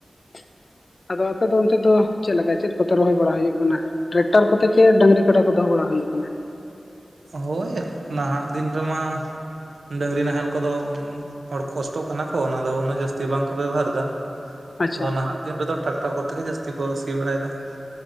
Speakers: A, on the left; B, on the right.
A: ᱾ ᱟᱫᱚ ᱟᱯᱮ ᱫᱚ ᱚᱱᱛᱮ ᱫᱚ ᱪᱮᱫ ᱞᱮᱠᱟ ᱪᱮᱫ ᱠᱚᱛᱮ ᱨᱚᱦᱚᱭ ᱵᱟᱲᱟ ᱦᱩᱭᱩᱜ ᱠᱟᱱᱟ ᱾ ᱴᱨᱮᱠᱴᱟᱨ ᱠᱚᱛᱮ ᱠᱮ ᱰᱟᱹᱝᱜᱨᱤ ᱠᱟᱰᱟ ᱠᱚ ᱫᱚᱦᱚ ᱵᱟᱲᱟ ᱦᱩᱭ ᱟᱠᱟᱱᱟ ᱾
B: ᱦᱚᱭ ᱱᱟᱦᱟᱜ ᱫᱤᱱ ᱨᱮᱢᱟ ᱾ ᱰᱟᱹᱝᱜᱨᱤ ᱱᱟᱦᱮᱞ ᱠᱚᱫᱚ ᱦᱚᱲ ᱠᱚᱥᱴᱚᱜ ᱠᱟᱱᱟ ᱠᱚ ᱚᱱᱟ ᱫᱚ ᱩᱱᱟᱹᱜ ᱡᱟᱹᱥᱛᱤ ᱵᱟᱝᱠᱚ ᱵᱮᱵᱷᱟᱨ ᱮᱫᱟ ᱾
A: ᱟᱪᱪᱷᱟ
B: ᱟᱫᱚ ᱱᱟᱦᱟᱜ ᱫᱤᱱ ᱨᱮᱫᱚ ᱴᱨᱟᱠᱴᱟᱨ ᱠᱚᱛᱮ ᱜᱮ ᱡᱟᱹᱥᱛᱤ ᱠᱚ ᱥᱤ ᱵᱟᱲᱟᱭᱮᱫᱟ ᱾